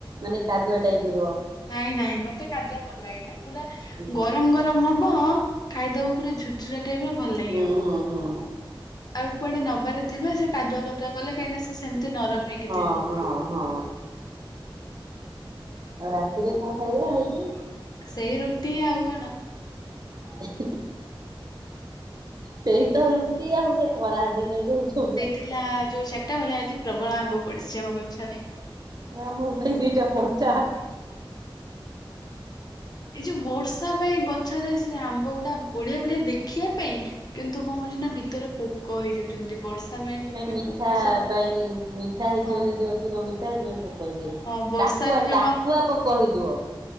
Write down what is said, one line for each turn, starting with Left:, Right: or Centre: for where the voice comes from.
Right: ମାନେ କାଦୁଆ ଟାଇପ ର।
Left: ନାଇଁ ନାଇଁ ମତେ କାଦୁଆ ଭଲ ଲାଗେନା ପୁରା।
Right: ହୁଁ
Left: ଗରମ ଗରମ ହବ ଖାଇଦବ ପୁରା ଝୁରଝୁରା ଟାଇପ ର ଭଲ ଲାଗିବ।
Right: ହୁଁ ହୁଁ ହୁଁ।
Left: ଆଉ କୁଆଡେ ନବାରେ ଥିବ ସେ କାଦୁଆ କାଦୁଆ କଲେ କାହିଁକି ନା ସେମିତି ନରମ। ହେଇକି
Right: ହଁ
Left: ଥିବ।
Right: ହଁ ହଁ। ଆଉ ରାତିରେ କଣ ଖାଇବେ ହେଇଛିି?
Left: ସେଇ ରୁଟି ଆଉ କଣ।
Right: <unintelligible> ସେଇ ତ ରୁଟି ଆଉ ସେ ଖରା ଦିନେ ଯୋଉ
Left: ଥିଲା ଯୋଉ ଚାରିଟା ବେଳେ ଆଜି ପ୍ରବଳ ଆମ୍ବ ପଡିଛି ଆମ ଗଛରେ।
Right: ନାଁ ମୋ ପାଇଁ ଦିଟା ପଠା।
Left: ଏଇ ଯୋଉ ବର୍ଷା ପାଇଁ ଗଛରେ ସେ ଆମ୍ବ ଗୁଡା ବଢିଆ ବଢିଆ ଦେଖିବା ପାଇଁ କିନ୍ତୁ କଣ ହଉଛି ନା ଭିତରେ ପୋକ ହେଇଯାଉଛନ୍ତି ବର୍ଷା ପାଇଁ ସେଥିପାଇଁ
Right: ମିଠା
Left: ପୋ- ବର୍ଷ
Right: ପାଇଁ ମିଠା ହେଇଥିବ
Left: ହଁ
Right: ଯଦି ଅଧିକ ମିଠା ହେଇଥିବ ସେଥିପାଇଁ କହି
Left: ହଁ ବର୍ଷା
Right: ଟାକୁଆ
Left: ବି ଜମା
Right: ଟାକୁଆ ପୋକ ହେଇଥିବ।